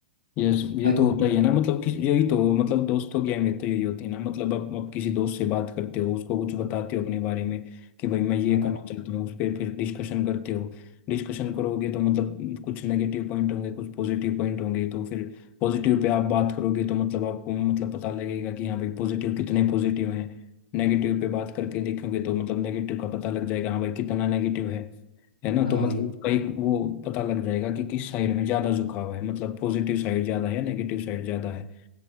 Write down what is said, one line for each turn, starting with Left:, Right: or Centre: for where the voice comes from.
Left: ये ये
Right: अग-
Left: तो होता ही है ना मतलब कि यही तो मतलब दोस्तों की अहमियत तो यही होती है ना मतलब आप आप किसी दोस्त से बात करते हो उसको कुछ बताते हो अपने बारे में कि भाई मैं ये
Right: हाँ
Left: करना चाहता हूँ उस पर फिर डिस्कशन करते हो डिस्कशन करोगे तो मतलब कुछ नेगेटिव पॉइंट होंगे कुछ पॉजिटिव पॉइंट होंगे तो फिर पॉजिटिव पे आप बात करोगे तो मतलब आपको मतलब पता लगेगा कि हाँ भाई पॉजिटिव कितने पॉजिटिव हैं नेगेटिव पे बात करके देखोगे तो मतलब नेगेटिव का पता लग जाएगा हाँ भाई कितना नेगेटिव है है ना
Right: हाँ
Left: तो मतलब
Right: ये
Left: कई वो पता लग जाएगा कि किस साइड में ज्यादा झुकाव है मतलब पॉजिटिव साइड ज्यादा है नेगेटिव साइड ज्यादा है